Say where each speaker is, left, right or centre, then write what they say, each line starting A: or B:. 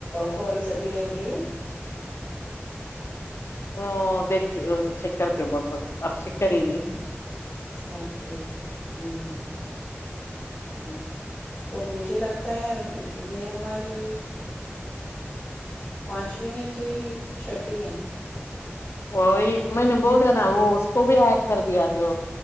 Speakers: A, on the left; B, on the left.
A: کالز ابھی رہ گئی ہے
B: وہ دیکھتے سر کے بولتے اب سکر ہی نہیں
A: اوکے ہ ہ ہ
B: ہاں
A: تو مجھے لگتا ہے یہ ہماری پانچویں ہے کہ چھٹی ہے
B: وہی میں نے بولو نا وہ اس کو بھی ایڈ کر دیا جو